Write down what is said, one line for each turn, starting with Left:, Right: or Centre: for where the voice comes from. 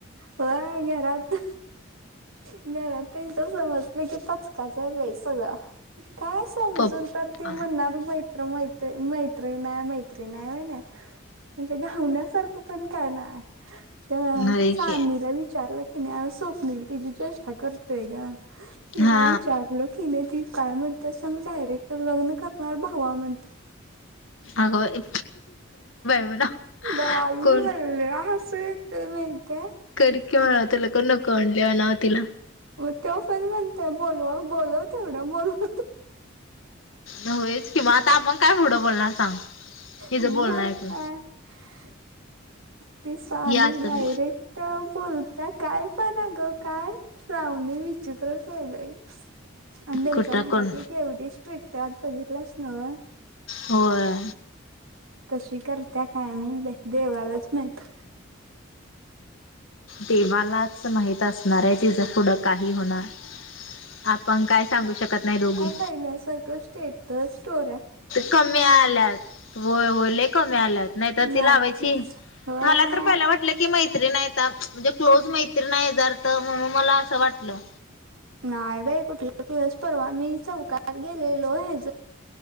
Right: वय घरात. नवऱ्याला तिच्या समजलं की पाचकाचार बा सगळां काय. समजून
Left: पप्पा
Right: तर त म्हणणार मैत्र मैत्री मैत्री नाही मैत्री नाही होय नाय. म्हणजे गावण्यासारखं पण काय ना त्या
Left: नाही
Right: सानीला
Left: की
Right: विचारलं. नाही स्वप्नील तिची चचेष्टा करतेय ग. तिला
Left: हा
Right: विचारलं की नाही त काय म्हणत सांग डायरेक्ट लग्न करणार म्हण. हवामान ते.
Left: आग बाई. म्हणाव
Right: बाई
Left: कोण
Right: मला लय हस येत माहते.
Left: तरीक तलक नक आणल्या ना तिला.
Right: मग तेव्हा पण म्हणतो, बोलव बोलव तेवढं बोलव
Left: होयच की म, आता आपण काय पुढं बोलणार सांग, हिजं
Right: मग
Left: बोलण ऐकून
Right: <inaudible> ती सानी
Left: हे असं
Right: डायरेक्ट बोलत्या काय पण अग काय श्रावणी विचित्रच हाय बाई. आणि त्यांच्या
Left: कुठं
Right: घरातली
Left: कोण
Right: केवढी स्ट्रिक्ट आहेत बघितल्यास नव.
Left: होय.
Right: कशी करत्या काय माहित बाई, देवालाच माहित.
Left: देवालाच माहित असणार आहे ती त्या पुढं काही होणार, आपण काय सांगू शकत नाही दोघी.
Right: पहिल्यासारख स्टेटस स्टोर
Left: कमी आल्यात, होय होय, लई कमी आल्यात, नाहीतर
Right: नाही
Left: ती लावायची.
Right: तर होय
Left: मला तर पहिला वा की मैत्रीण हाय आता, म्हणजे क्लोज मैत्रीण हाय हेजा अर्थ म्हणून मला असं वाटलं.
Right: नाही बाई कुठल क्लोज, परवा मी चौकात गेलेलो ह